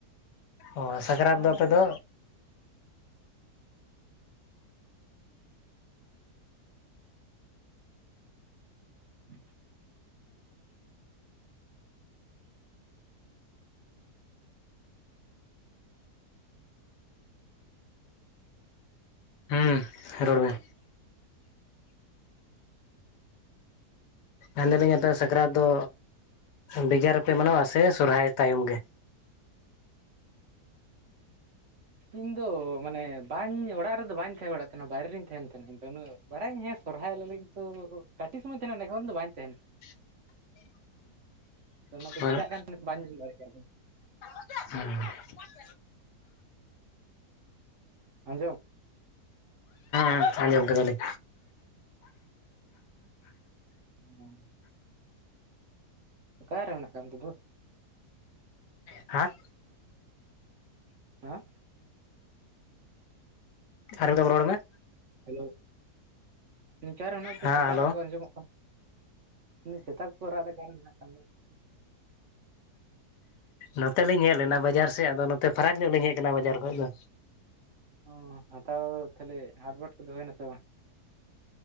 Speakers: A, on the left; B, on the right.
A: ᱚ ᱥᱟᱠᱨᱟᱛ
B: ᱢᱟᱱᱟᱣ
A: ᱫᱚ ᱟᱯᱮᱫᱚ
B: ᱦᱮᱸ <unintelligible>
A: ᱦᱩᱸ ᱨᱚᱲ ᱢᱮ ᱟᱯᱮ ᱥᱟᱠᱨᱟᱛ ᱫᱚ ᱵᱮᱜᱟᱨ ᱨᱮᱯᱮ ᱢᱟᱱᱟᱣᱟ ᱥᱮ ᱥᱚᱨᱦᱟᱭ ᱛᱟᱭᱚᱢ ᱜᱮ
B: ᱤᱧ ᱫᱚ ᱢᱟᱱᱮ ᱵᱟᱹᱧ ᱚᱲᱟᱜ ᱨᱮᱫᱚ ᱵᱟᱹᱧ ᱛᱟᱦᱮᱸ ᱵᱟᱲᱟᱜ ᱛᱟᱦᱮᱱᱟ ᱵᱟᱭᱨᱮ ᱨᱤᱧ ᱛᱟᱦᱮᱱ ᱛᱟᱦᱮᱱᱟ ᱤᱧ ᱩᱱᱟᱹᱜ ᱵᱟᱲᱟᱭᱟᱹᱧ ᱦᱮᱸ ᱥᱚᱨᱦᱟᱭᱤᱧ ᱛᱚ ᱠᱟᱹᱴᱤᱡ ᱥᱚᱢᱚᱭ ᱛᱟᱦᱮᱱᱟ ᱮᱠᱷᱚᱱ ᱫᱚ ᱵᱟᱝ ᱛᱟᱦᱮᱱᱟ
A: <unintelligible>
B: ᱟᱫᱚ ᱚᱱᱟ ᱫᱚ
A: ᱢᱟᱱᱮ
B: ᱪᱮᱠᱟᱜ ᱠᱟᱱ ᱛᱟᱦᱮᱸ ᱵᱟᱧ ᱧᱮᱞ ᱫᱟᱲᱮᱭᱟᱜ
A: <unintelligible>
B: ᱟᱸᱡᱚ
A: ᱦᱟᱸ ᱟᱸᱡᱚᱢ ᱠᱮᱫᱟᱞᱤᱧ
B: ᱦᱮᱸ ᱚᱠᱟᱨᱮ ᱢᱮᱱᱟᱜ ᱠᱟᱜ ᱢᱮᱱᱛᱮ ᱫᱩ
A: ᱦᱮᱸ
B: ᱦᱮᱸ
A: ᱟᱨᱡᱤᱫ ᱫᱷᱟᱣ ᱨᱚᱲ ᱢᱮ
B: ᱦᱮᱞᱳ ᱚᱠᱟ ᱨᱮ ᱦᱮᱱᱟᱜ ᱯᱮᱭᱟ
A: ᱦᱮᱸ
B: ᱥᱮᱛᱟ
A: ᱦᱮᱞᱳ
B: ᱨᱟᱜ ᱠᱚ ᱟᱸᱡᱚᱢᱚᱜ ᱠᱟᱱᱟ ᱤᱧ ᱥᱮᱛᱟ ᱠᱚ ᱠᱚ ᱨᱟᱜ ᱮᱫᱟ ᱚᱠᱟᱨᱮ ᱢᱮᱱᱟᱜ ᱠᱟᱜ ᱢᱮᱭᱟ
A: ᱱᱚᱛᱮ ᱞᱤᱧ ᱦᱮᱡ ᱞᱮᱱᱟ ᱵᱟᱡᱟᱨ ᱥᱮᱫ ᱟᱫᱚ ᱱᱚᱛᱮ ᱯᱷᱟᱨᱟᱠ ᱧᱚᱜ ᱞᱤᱧ ᱦᱮᱡ ᱟᱠᱟᱱᱟ ᱵᱟᱡᱟᱨ ᱠᱷᱚᱡ ᱫᱚ
B: ᱚ ᱦᱟᱛᱟᱣ ᱛᱟᱦᱞᱮ ᱦᱟᱴ ᱵᱟᱴ ᱠᱚ ᱫᱚ ᱦᱩᱭᱱᱟ ᱥᱮ ᱵᱟᱝ